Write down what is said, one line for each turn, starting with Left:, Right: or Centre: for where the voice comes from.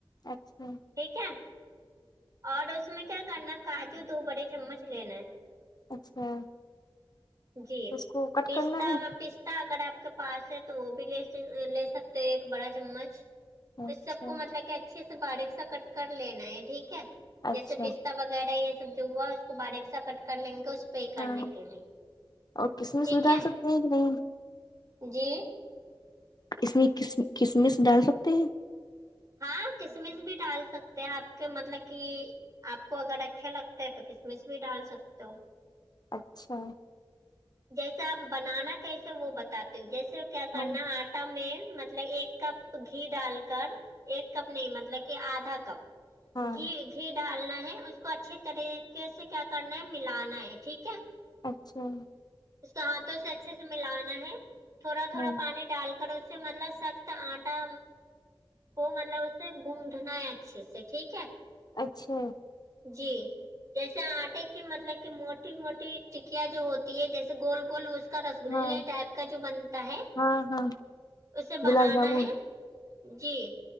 Left: اچھا
Right: ٹھیک ہے اور اس میں کیا کرنا کاجو دو بڑے چمچ لینا ہے
Left: اچھا
Right: جی
Left: تو اس کو کٹ
Right: پستا
Left: کرنا ہے
Right: و پستا اگر آپ کے پاس ہے تو وہ بھی لے سکتے ہیں ایک بڑا چمچ تو
Left: اچھا
Right: سب کو مطلب کہ اچھے سے باریک سا کٹ کر لینا ہے ٹھیک ہے
Left: اچھا
Right: جیسے پستا وغیرہ یہ سب جو ہوا اس کو باریک سا کٹ کر لیں گے اس پے کرنے
Left: ہاں
Right: کے لیے
Left: اور کسمش
Right: ٹھیک
Left: بھی ڈال
Right: ہے
Left: سکتے ہیں کہ نہیں
Right: جی
Left: اس میں کس کسمش ڈال سکتے ہیں
Right: ہاں کسمش بھی ڈال سکتے آپ کے مطلب کی آپ کو اگر اچھا لگتا ہے تو کسمس بھی ڈال سکتے ہو
Left: اچھا
Right: جیسے آپ بنانا کیسے وہ بتاتے جیسے کیا کرنا
Left: ہاں
Right: آپ آٹا میں مطلب ایک کپ گھی ڈال کر ایک کپ نہیں مطلب کہ آدھا کپ
Left: ہاں
Right: گھی گھی ڈالنا ہے اس کو اچھے طریقے سے کیا کرنا ہے ملانا ہے ٹھیک ہے
Left: اچھا
Right: اس کو ہاتھوں سے اچھے سے ملانا ہے تھوڑا تھوڑا
Left: ہاں
Right: پانی ڈال کر سے مطلب سخت آٹا وہ مطلب اسے گوندھنا ہے اچھے سے ٹھیک ہے
Left: اچھا
Right: جی جیسے آٹے کی مطلب کہ موٹی موٹی ٹکیاں جو ہوتی ہے جیسے گول گول اس رسگللے
Left: ہاں
Right: ٹائپ کا جو بنتا ہے
Left: ہاں ہاں
Right: اسے بنانا
Left: گلاب جامن
Right: ہے جی